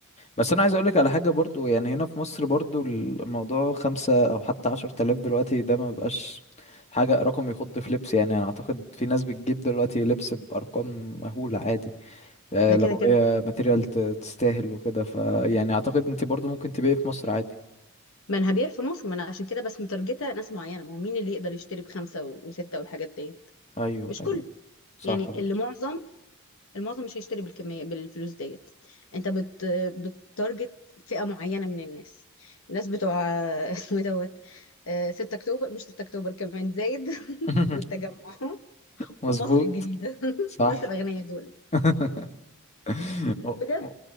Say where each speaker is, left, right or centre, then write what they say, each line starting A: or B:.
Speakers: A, on the left; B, on the left.
A: بس انا عايز اقولك على حاجه برضو يعني هنا في مصر برضو الموضوع خمسة او حتى عشر تلاف دلوقتي ده ما بقاش حاجه رقم يخض في لبس يعني انا اعتقد في ناس بتجيب دلوقتي لبس بارقام مهوله عادي آه،
B: ده
A: لو
B: كده كده
A: هي ماتيريال ت- تستاهل وكده فيعني اعتقد انت برضو ممكن تبيعي في مصر عادي
B: ما انا هبيع في مصر ما انا عشان كده بس مترجته ناس معينه ما هو مين اللي يقدر يشتري بخمسه و- وسته والحاجات ديت
A: ايوه
B: مش
A: ايوه
B: كله
A: صح
B: يعني
A: برضه
B: اللي معظم المعظم مش هيشتري بالكميه بالفلوس ديت انت بت بتارجت فئه معينه من الناس الناس بتوع <laughs> اسمه إيه دوت آه، 6 اكتوبر مش 6 اكتوبر كمان زايد <laughs>
A: <laughs>
B: والتجمع
A: مظبوط
B: ومصر الجديده <laughs>
A: صح
B: الناس الاغنياء دول
A: <laughs> أو-
B: بجد
A: أو-